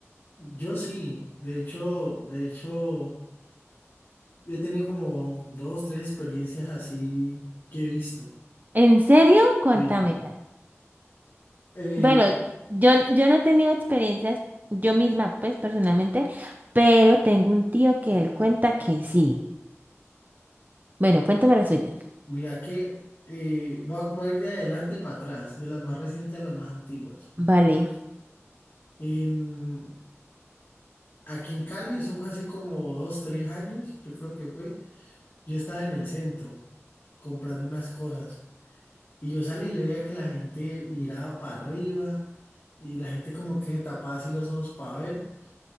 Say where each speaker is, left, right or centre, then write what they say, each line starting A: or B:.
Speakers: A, on the left; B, on the right.
A: yo sí, de hecho, de hecho, he tenido como dos, tres experiencias así que he visto.
B: ¿En serio? Cuéntame.
A: Sí. Eh,
B: Bueno, yo, yo no he tenido experiencias yo misma, pues personalmente, pero tengo un tío que él cuenta que sí. Bueno, cuéntame las suyas.
A: mira que eh, voy a, voy a ir de adelante para atrás, de las más recientes a las más antiguas.
B: Vale.
A: En, aquí en Cali, eso fue hace como dos, tres años, yo creo que fue, yo estaba en el centro comprando unas cosas. Y yo salí y yo veía que la gente miraba para arriba y la gente como que se tapaba así los ojos para ver.